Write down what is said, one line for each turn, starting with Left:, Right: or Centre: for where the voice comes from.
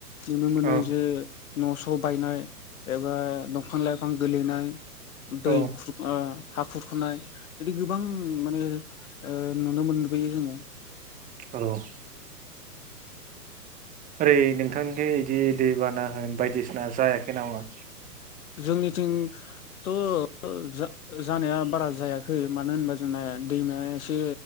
Left: नुनो मोनो
Right: औ
Left: जे न' स' बायनाय एबा दंफां लाइफां गोलैनाय दै
Right: औ
Left: खुर हा खुरखुनाय बिदि गोबां माने ओ नुनो मोनबोयो जोङो।
Right: औ। ओरै नोंथांनिखि बिदि दैबाना होन बायदिसिना जायाखै नामा?
Left: जोंनिथिंथ' जा जानाया बारा जायाखै मानो होनबा जोंना दैमाया एसे